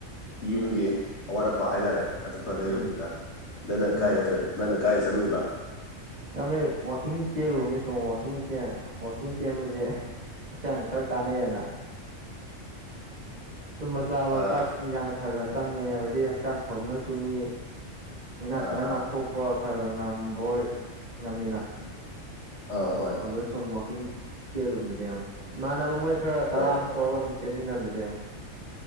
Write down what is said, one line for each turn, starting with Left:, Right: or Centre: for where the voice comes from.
Left: ꯌꯨꯝꯒꯤ ꯑꯋꯥꯠ ꯑꯄꯥ ꯍꯥꯏꯇꯥꯔꯦ
Right: ꯎꯝ
Left: ꯑꯗꯨ ꯈꯔ ꯂꯩꯔꯨꯃꯤꯗ
Right: ꯎꯝ
Left: ꯅꯪꯅ
Right: ꯎꯝ
Left: ꯀꯥꯏꯗ ꯀꯩ ꯅꯪꯅ ꯀꯥꯏꯗ ꯆꯠꯂꯨꯏꯕ
Right: ꯏꯌꯥꯝꯕ ꯑꯩ ꯋꯥꯛꯀꯤꯡ ꯆꯦꯜꯂꯨꯕꯅꯤ ꯁꯨꯝ ꯋꯥꯛꯀꯤꯡ ꯆꯦꯟ ꯋꯥꯛꯀꯤꯡ ꯆꯦꯟꯕꯁꯦ ꯍꯛꯆꯥꯡ ꯈꯔ ꯀꯥꯟꯅꯩꯌꯦꯅ ꯇꯨꯝꯕ ꯆꯥꯕ
Left: ꯑꯥ
Right: ꯆꯥꯛ ꯏꯟꯁꯥꯡ ꯈꯔ ꯈꯔ ꯆꯪꯉꯦ ꯍꯥꯏꯕꯗꯤ ꯍꯛꯆꯥꯡ ꯐꯕꯅꯁꯨ ꯃꯤ ꯂꯩꯥꯅꯥ
Left: ꯑꯥ
Right: ꯇꯤꯟꯅꯥ
Left: ꯑꯥ
Right: ꯉꯥꯛꯊꯣꯛ- ꯄ ꯈꯔ ꯈꯔ ꯉꯝꯕꯣꯏ ꯉꯝꯃꯤꯅ
Left: ꯑꯥ ꯍꯣꯏ
Right: ꯑꯗꯣ ꯁꯨꯝ ꯋꯥꯛꯀꯤꯡ ꯆꯦꯜꯂꯨꯕꯅꯤꯗ ꯏꯌꯥꯝꯕ ꯏꯃꯥꯟꯅꯕ ꯃꯣꯏ ꯈꯔ ꯇꯔꯥ
Left: ꯍꯣꯏ
Right: ꯇꯧꯔꯒ ꯑꯗꯨꯝ ꯆꯦꯟꯃꯤꯟꯅꯕꯅꯤꯗ ꯏꯌꯥꯝꯕ